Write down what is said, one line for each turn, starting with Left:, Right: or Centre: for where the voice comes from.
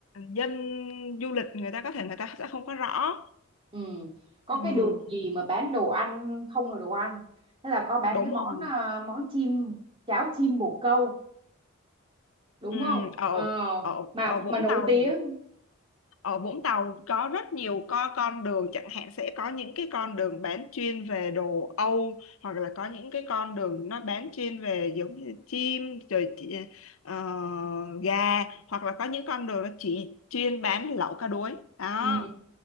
Left: dân du lịch người ta có thể người ta sẽ không có rõ
Right: ừ có
Left: ừ,
Right: cái đường gì mà bán đồ ăn không là đồ ăn thế là có bán
Left: đúng
Right: cái món
Left: rồi
Right: ờ, món chim cháo chim bồ câu đúng
Left: ừ,
Right: không
Left: ở
Right: ờ
Left: ở
Right: mà
Left: ở Vũng
Right: mà nổi
Left: Tàu
Right: tiếng
Left: ở Vũng Tàu có rất nhiều có con đường chẳng hạn sẽ có những cái con đường bán chuyên về đồ Âu hoặc là có những cái con đường nó bán chuyên về giống như chim rồi chị- ờ, gà hoặc là có những con đường nó chỉ chuyên bán lẩu cá đuối đó
Right: ừ